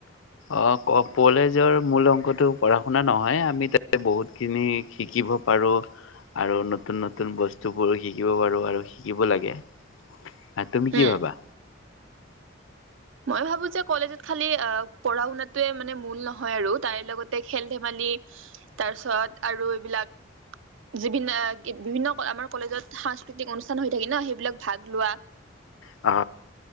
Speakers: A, on the left; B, on the right.
A: অ ক কলেজৰ মূল অংশতো পঢ়া শুনা নহয় আমি তাতে বহুত খিনি শিকিব পাৰো আৰু নতুন নতুন বস্তুবোৰো শিকিব পাৰো আৰু শিকিব লাগে আহ তুমি কি
B: উম
A: ভাবা
B: মই ভাবো যে কলেজত খালি অ পঢ়া শুনাটোৱে মানে মূল নহয় আৰু তাই লগতে খেল ধেমালি তাৰ পিছত আৰু এইবিলাক বিভিন্ন বিভিন্ন আমাৰ কলেজত সাংস্কৃতিক অনুষ্ঠান হৈ থাকে ন সেইবিলাক ভাগ লোৱা
A: অ